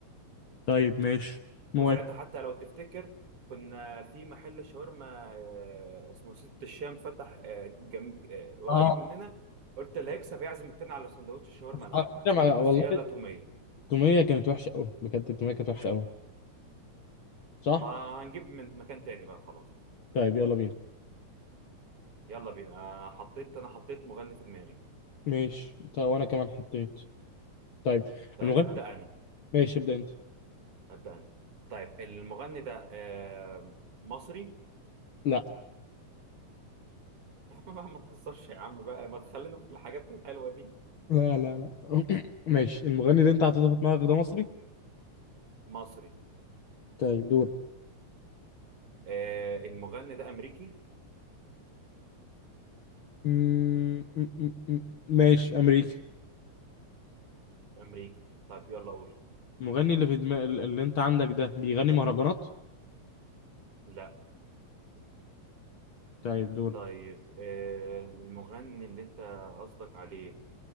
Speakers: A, on the left; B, on the right.
A: طيب ماشي
B: وساعتها
A: موافق
B: حتى لو تفتكر كنا في محل شاورما آه، اسمه ست الشام فتح آه، جم... آه، قريب
A: اه
B: مننا قلت اللي هيكسب هيعزم التاني على سندوتش الشاورما لحمة
A: على فكرة ما-
B: وزيادة
A: والله
B: تومية
A: التومية كانت وحشة أوي بجد التومية كانت وحشة أوي صح؟
B: ما هنجيب من مكان تاني بقى خلاص
A: طيب يلا بينا
B: يلا بينا آه حطيت انا حطيت مغني في دماغي
A: ماشي طيب وأنا كمان حطيت طيب
B: طيب
A: المغني
B: هبدأ انا
A: ماشي ابدأ أنت
B: هبدأ انا طيب المغني ده آه مصري
A: لا
B: <laughs> يا عم بقى ما تهزرش يا عم بقى ما تخلينا في الحاجات الحلوة دي
A: لا لا لا <clears throat> ماشي المغني اللي أنت حطيته في دماغك ده مصري؟
B: مصري
A: طيب دور
B: آه المغني ده امريكي
A: م- م- م- م- ماشي أمريكي
B: امريكي طيب يلا قول
A: المغني اللي في دماغ اللي أنت عندك ده بيغني مهرجانات؟
B: لا
A: طيب دور
B: طيب آه المغني اللي انت قصدك عليه